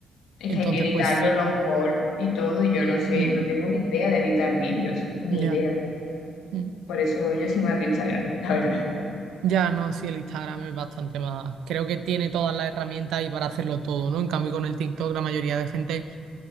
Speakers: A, on the left; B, on the right.
A: Es
B: Entonces,
A: que hay que editarlo,
B: pues sí,
A: los hauls y todo, y yo no sé,
B: mm,
A: no tengo ni idea de editar vídeos, ni
B: ya,
A: idea.
B: mm.
A: Por eso yo soy más de Instagram, <laughs> la verdad.
B: Ya no, sí, el Instagram es bastante más. Creo que tiene todas las herramientas y para hacerlo todo, ¿no? En cambio, con el TikTok, la mayoría de gente